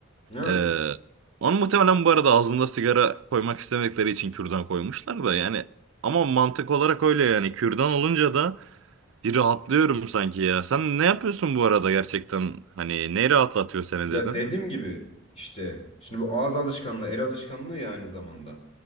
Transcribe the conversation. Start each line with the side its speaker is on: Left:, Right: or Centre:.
Left: Evet.
Right: Ee, onu muhtemelen bu arada ağzında sigara koymak istemedikleri için kürdan koymuşlar da yani. Ama mantık olarak öyle yani. Kürdan olunca da bir rahatlıyorum sanki ya. Sen ne yapıyorsun bu arada gerçekten? Hani ne rahatlatıyor seni
Left: Ya
Right: dedin?
Left: dediğim gibi işte şimdi bu ağız alışkanlığı, el alışkanlığı ya aynı zamanda.